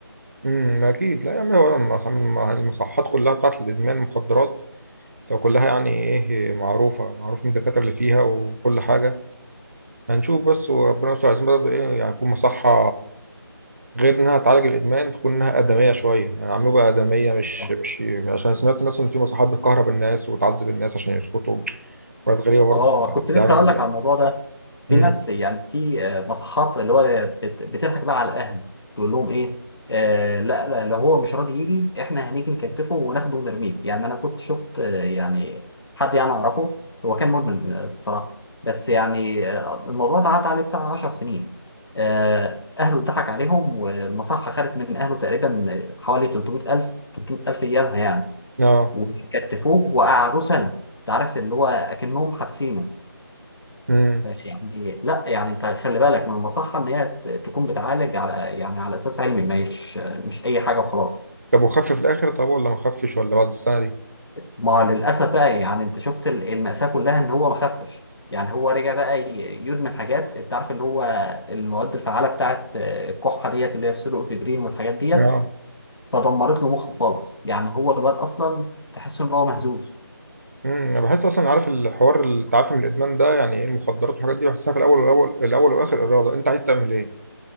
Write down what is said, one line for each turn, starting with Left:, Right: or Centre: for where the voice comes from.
Right: امم أكيد لا يعني هو الم- الم- المصحات كلها بتاعت الإدمان مخدرات تبقى كلها يعني إيه معروفة معروف مين الدكاترة اللي فيها وكل حاجة هنشوف بس وربنا يستر عايزين برضه إيه يعني تكون مصحة غير إنها تعالج الإدمان تكون إنها آدمية شوية يعني عملوها بقى آدمية مش
Left: اه
Right: مش عشان سمعت الناس إن في مصحات بتكهرب الناس وتعذب الناس عشان يسكتوا حاجات غريبة برضه
Left: اه كنت
Right: ده
Left: لسه
Right: حاجة
Left: هقول
Right: مقلقة
Left: لك على الموضوع ده في
Right: امم
Left: ناس يعني في آه، مصحات اللي هو بت- بتضحك بقى على الاهل تقول لهم ايه آه لا لا لو هو مش راضي يجي احنا هنيجي نكتفه وناخده ونرميه يعني انا كنت شفت آه، يعني حد يعني اعرفه هو كان مدمن آه، بصراحه بس يعني آه، الموضوع ده عدى عليه بتاع 10 سنين آه اهله اتضحك عليهم والمصحه خدت من اهله تقريبا حوالي 300000 300000 ايامها يعني
Right: آه
Left: وكتفوه وقعدوه سنه انت عارف اللي هو اكنهم حابسينه
Right: امم
Left: ماشي يعني لا يعني انت خلي بالك من المصحه ان هي ت- تكون بتعالج على يعني على اساس علمي مش مش اي حاجه وخلاص
Right: طب وخف في الاخر طب ولا ما خفش ولا بعد السنه دي
Left: ما للاسف بقى يعني انت شفت ال- المأساة كلها ان هو ما خفش يعني هو رجع بقى ي- يدمن حاجات انت عارف اللي هو المواد الفعاله بتاعت آه، الكحه ديت اللي هي السيلوكفيدرين والحاجات ديت
Right: اه
Left: فدمرت له مخه خالص يعني هو الواد اصلا تحس ان هو مهزوز
Right: امم انا بحس اصلا عارف الحوار التعافي من الادمان ده يعني ايه المخدرات والحاجات دي بحسها في الاول والاول الاول والاخر اراده انت عايز تعمل ايه